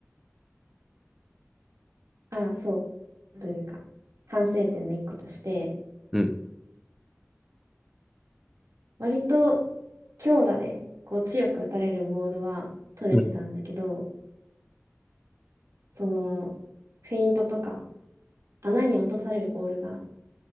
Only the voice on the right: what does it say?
あ、そう、というか、反省点の一個として、
割と強打で、こう強く打たれるボールは取れてたんだけど、
その、フェイントとか、穴に落とされるボールが